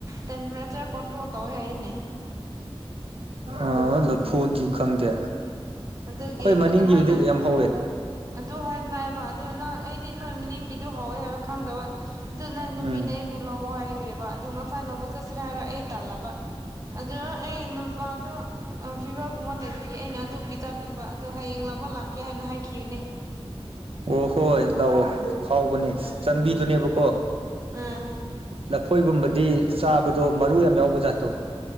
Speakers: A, on the right; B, on the right.
A: ꯇꯦꯝꯄꯔꯦꯆꯔ ꯀ‌ꯣꯟꯇ꯭ꯔꯣꯜ ꯇꯧꯋꯦ ꯍꯥꯏꯅꯦ
B: ꯑꯥ ꯂꯐꯨꯗꯤ ꯈꯪꯗꯦ
A: ꯑꯗꯨꯒꯤ
B: ꯈꯣꯏ ꯃꯅꯤꯡꯒꯤꯕꯨꯗꯤ
A: ꯑꯗꯨꯃꯥꯏꯅ ꯍꯥꯏ
B: ꯌꯥꯝ ꯍꯧꯋꯦ
A: ꯑꯗꯨ ꯍꯥꯏ ꯅꯥꯏꯕ ꯑꯗꯨ ꯅꯪ ꯑꯩꯗꯤ ꯅꯣꯏ ꯃꯤꯅꯤꯡꯒꯤꯗꯨ ꯍꯧꯋꯦ ꯍꯥꯏꯕ ꯈꯪꯗꯕ ꯗꯨ ꯅꯪ ꯅꯨꯄꯤꯅ
B: ꯎꯝ
A: ꯑꯩꯕꯨ ꯂꯧ ꯍꯥꯏꯔꯤꯑ‌ꯦꯕ ꯑꯗꯨ ꯉꯁꯥꯏ ꯂꯧꯕ ꯆꯠꯁꯤꯔ ꯍꯥꯏꯔ ꯑꯩ ꯇꯜꯂꯕ ꯑꯗꯨ ꯑꯥ ꯑꯩ ꯅꯨꯄꯥꯗꯣ ꯑꯥ ꯐꯤꯚꯔꯒꯨꯝꯕ ꯂꯩꯕꯒꯤ ꯑꯩꯅ ꯑꯗꯨ ꯄꯤ ꯆꯥꯅꯤꯡꯕ ꯑꯗꯣ ꯍꯌꯦꯡ ꯂꯧꯕ ꯂꯥꯛꯀꯦ ꯍꯥꯏꯅ ꯍꯥꯏꯈꯤꯕꯅꯦ
B: ꯑꯣ ꯍꯣꯏ ꯂꯧꯑꯣ ꯍꯥꯎꯕꯅꯦ
A: ꯎꯝ
B: ꯆꯪꯕꯤꯗꯨꯅꯦꯕꯀꯣ
A: ꯎꯝ
B: ꯂꯐꯣꯏꯒꯨꯝꯕꯗꯤ ꯆꯥꯕꯗꯣ ꯃꯔꯨ ꯌꯥꯝ ꯌꯥꯎꯕ ꯖꯥꯠꯇꯣ